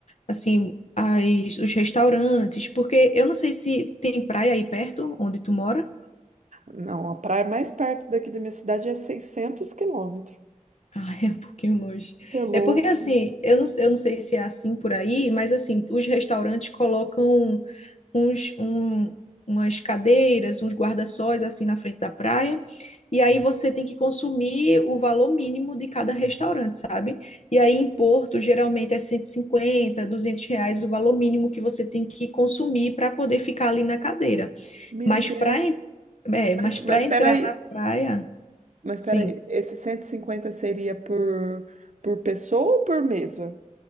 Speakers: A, on the left; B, on the right.
A: assim, as, os restaurantes, porque eu não sei se tem praia aí perto, onde tu mora.
B: Não, a praia mais perto daqui da minha cidade é 600 quilômetros.
A: Ah, <laughs> é um pouquinho longe.
B: É longe.
A: É porque, assim, eu não, eu não sei se é assim por aí, mas, assim, os restaurantes colocam uns, um, umas cadeiras, uns guarda-sóis assim na frente da praia. E aí você tem que consumir o valor mínimo de cada restaurante, sabe? E aí em Porto, geralmente é 150 200 reais o valor mínimo que você tem que consumir para poder ficar ali na cadeira.
B: Meu
A: Mas
B: Deus.
A: para en- é,
B: Mas,
A: mas para
B: mas
A: entrar
B: peraí,
A: na praia,
B: mas
A: sim.
B: peraí, esse 150 seria por, por pessoa ou por mesa?